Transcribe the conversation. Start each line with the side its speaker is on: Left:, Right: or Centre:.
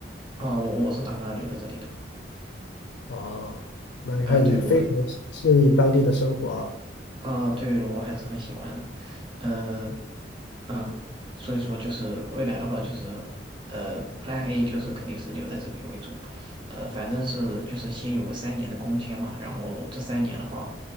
Right: 啊，我我是打算留在这里的，
Left: 哦，那你看你非常适应当地的生活。
Right: 呃，对我啊，对，我还是很喜欢的，呃，嗯，所以说就是未来的话，就是呃，Plan A 就是肯定是留在这边为主，呃，反正是就是先有个三年的工签嘛，然后这三年的话，